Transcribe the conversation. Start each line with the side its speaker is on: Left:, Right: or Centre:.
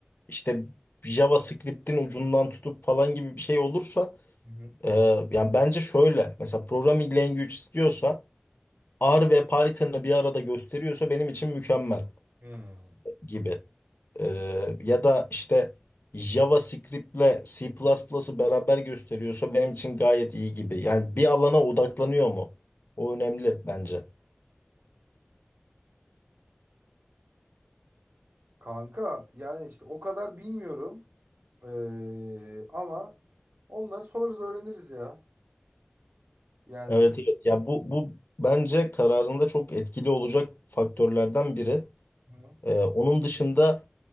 Left: işte JavaScript'in ucundan tutup falan gibi bir şey olursa
Right: Hı hı.
Left: e, yani bence şöyle mesela programming language istiyorsa R ve Python'ı bir arada gösteriyorsa benim için mükemmel
Right: Hmm.
Left: gibi. Ee, ya da işte JavaScript'le C++'ı beraber gösteriyorsa benim için gayet iyi gibi. Yani bir alana odaklanıyor mu? O önemli bence.
Right: Kanka yani işte o kadar bilmiyorum. Ee, ama onları sorarız öğreniriz ya. Yani
Left: Evet evet. Ya bu bu bence kararında çok etkili olacak faktörlerden biri.
Right: Hı hı.
Left: Ee, onun dışında